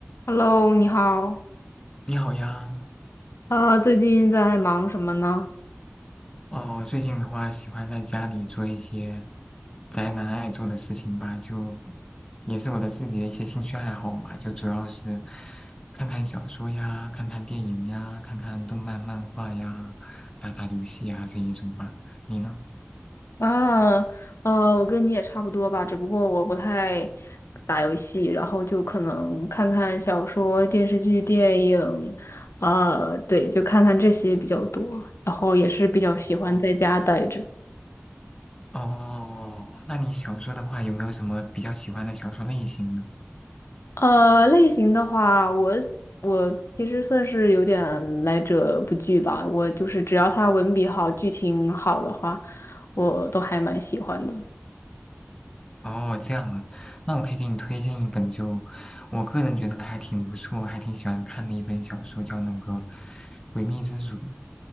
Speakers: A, on the left (about 70°); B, on the left (about 15°).
A: Hello，你好。
B: 你好呀，
A: 呃，最近在忙什么呢？
B: 哦，最近的话喜欢在家里做一些宅男爱做的事情吧，就也是我的自己的一些兴趣爱好嘛，就主要是看看小说呀，看看电影呀，看看动漫漫画呀，打打游戏呀这一种吧。你呢？
A: 啊，呃，我跟你也差不多吧，只不过我不太打游戏，然后就可能看看小说、电视剧、电影，啊，对，就看看这些比较多，然后也是比较喜欢在家待着。
B: 哦，哦，那你小说的话有没有什么比较喜欢的小说类型呢？
A: 呃，类型的话，我我其实算是有点来者不拒吧，我就是只要他文笔好、剧情好的话，我都还蛮喜欢的。
B: 哦，这样啊，那我可以给你推荐一本就，我个人觉得还挺不错，还挺喜欢看的一本小说，叫那个《诡秘之主》。